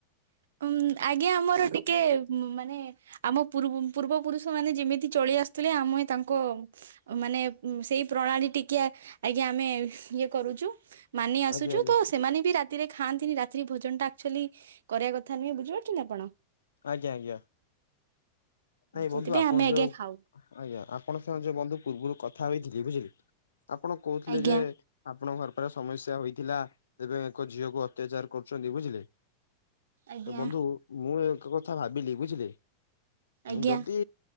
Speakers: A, on the right; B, on the left.
A: ଉ ଆଜ୍ଞା ଆମର ଟିକେ ମାନେ ଆମ ପୂ ପୂର୍ବ ପୁରୁଷ ମାନେ ଯେମିତି ଚଳି ଆସୁଥିଲେ ଆମେ ତାଙ୍କ ମାନେ ସେଇ ପ୍ରଣାଳୀ ଟିକେ ଆଜ୍ଞା ଆମେ ଇଏ କରୁଛୁ। ମାନି ଆସୁଛୁ
B: ଆଜ୍ଞା ଆଜ୍ଞା
A: ତ ସେମାନେ ବି ରାତିରେ ଖାଆନ୍ତିନି ରାତ୍ରି ଭୋଜନ ଟା ଆଚୁଆଲି କରିବା କଥା ନୁହେଁ ବୁଝିପାରୁଛନ୍ତି ଆପଣ?
B: ଆଜ୍ଞା ଆଜ୍ଞା ନାଇଁ ବନ୍ଧୁ
A: ସେଥିପାଇଁ
B: ଆପଣ
A: ଆମେ
B: ଯୋଉ
A: ଆଜ୍ଞା ଖାଉ
B: ଆଜ୍ଞା ଆପଣ ସେମାନେ ଯୋଉ ବନ୍ଧୁ ପୂର୍ବରୁ କଥା ହେଇଥିଲି ବୁଝିଲି ଆପଣ କହୁଥିଲେ
A: ଆଜ୍ଞା
B: ଯେ ଆପଣଙ୍କ ଘର ପାଖରେ ସମସ୍ୟା ହେଇଥିଲା ତେବେ ଏକ ଝିଅକୁ ଅତ୍ୟାଚାର କରୁଛନ୍ତି ବୁଝିଲେ।
A: ଆଜ୍ଞା
B: ତ ବନ୍ଧୁ ମୁଁ ଏକ କଥା ଭାବିଲି ବୁଝିଲେ
A: ଆଜ୍ଞା
B: ଯଦି